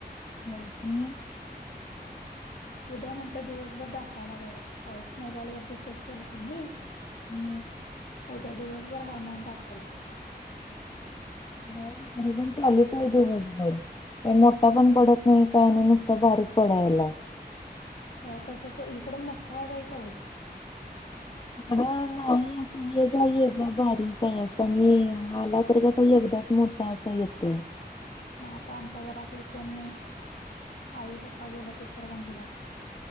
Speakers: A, on the left (about 30°); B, on the left (about 85°).
A: <unintelligible>
B: उद्या म्हटलं दिवसभर दाखवायलाग पाऊस मोबाईल वरती चेक केलं त्यांनी
A: हम्
B: उद्या दिवसभर <unintelligible> दाखवल्यात
A: <unintelligible> पण चालूच आहे दिवसभर का मोठा पण पडत नाही काय नाय नुसता बारीक पडायलाय.
B: हो तसच इकडं मोठा आहे बाई पाऊस.
A: इकड नाही ये जा ये जा बारीक आहे <unintelligible> आला तर कसा एकदाच मोठ <unintelligible> येतोय
B: म आता आमच्या घरात कोण नाही आई पप्पा गेल्यात इचलकनजीला